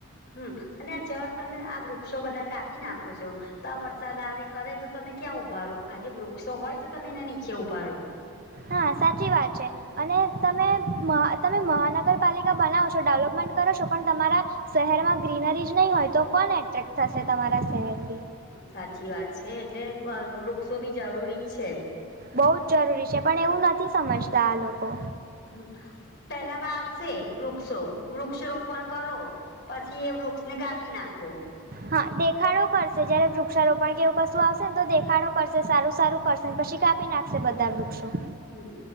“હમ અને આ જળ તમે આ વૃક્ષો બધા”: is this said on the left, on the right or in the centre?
Left